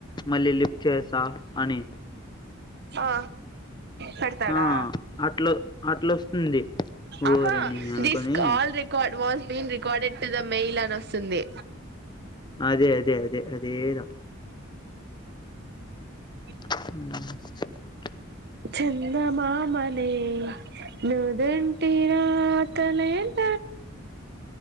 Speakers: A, on the left (about 20°); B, on the right (about 55°).
A: మళ్ళీ లిఫ్ట్ చేసా అని
B: ఆ పెడతాడా
A: ఆ అట్ల అట్లొస్తుంది
B: ఆహా
A: ఓరిని అనుకొని
B: దిస్ call record was been recorded to the mail అని వస్తుంది
A: అదే అదే అదే అదేదో
B: అ
A: అ
B: చందమామనే నుదంటి రాతలేంట